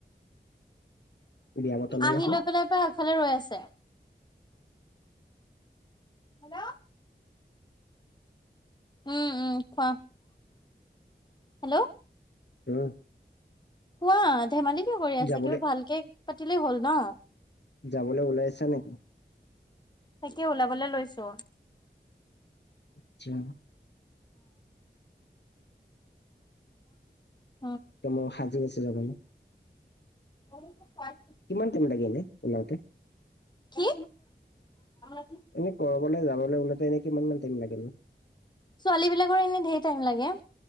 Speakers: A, on the left; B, on the left.
A: বিয়া বতলে
B: আহি
A: নহয়
B: লৈ পেলাই পৰা এফালে ৰৈ আছে। হেল্ল'। উম উম কোৱা হেল্ল'।
A: হে।
B: কোৱা ধেমালি কিয় কৰি আছা
A: যাবলে
B: কিবা ভালকে পাতিলেই হ'ল ন।
A: যাবলে ওলাইছে নেকি?
B: তাকে ওলাবলে লৈছো।
A: আচ্ছা।
B: অহ।
A: মোৰ সাজি আছে যাবলৈ
B: <unintelligible> পাইত।
A: কিমান টাইম লাগে এনে ওলওঁতে।
B: কি <unintelligible>
A: এনেই কৰবলৈ যাবলৈ ওলাউতে এনে কিমান টাইম লাগে নো।
B: ছোৱালী বিলাকৰ এনেই ঢেৰ টাইম লাগে।